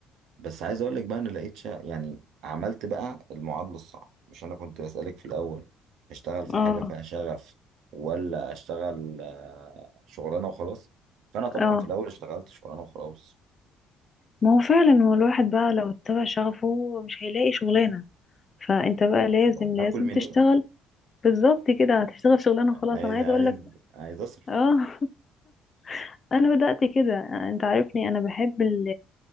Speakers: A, on the right (about 75°); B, on the left (about 30°).
A: بس عايز اقول لك بقى انا لقيت شا... يعني عملت بقى المعادله الصعبه مش انا كنت بسالك في الاول اشتغل في
B: اه
A: حاجه فيها شغف ولا اشتغل آه، شغلانه وخلاص فانا طبعا
B: اه
A: في الاول اشتغلت شغلانه وخلاص
B: ما هو فعلا هو الواحد بقى لو اتبع شغفه مش هيلاقي شغلانة فانت بقى لازم
A: وهاكل
B: لازم
A: منين
B: تشتغل بالظبط كده هتشتغل شغلانة
A: عايز
B: خلاص انا عايزة
A: عايز
B: اقول لك
A: عايز اصرف
B: اه <laughs> انا بدأت كده انت عارفني انا بحب ال...